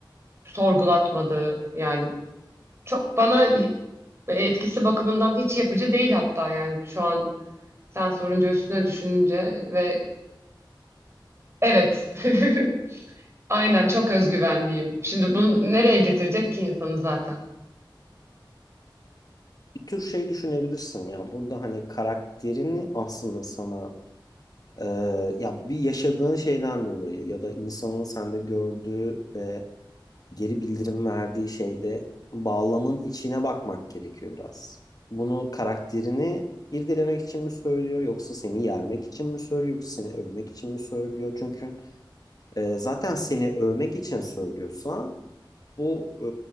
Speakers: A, on the right; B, on the left.
A: sorgulatmadı. Yani çok bana y- e, etkisi bakımından hiç yapıcı değil hatta yani şu an sen sorunca üstüne düşününce ve evet <laughs> Aynen çok özgüvenliyim. Şimdi bunu nereye getirecek ki insanı zaten?
B: Bir tür şey düşünebilirsin ya burada hani karakterini aslında sana e, ya bir yaşadığın şeyden dolayı ya da insanın sende gördüğü ve geri bildirim verdiği şeyde bağlamın içine bakmak gerekiyor biraz. Bunu karakterini irdelemek için mi söylüyor yoksa seni yermek için mi söylüyor yoksa seni övmek için mi söylüyor? Çünkü e, zaten seni övmek için söylüyorsa Bu e,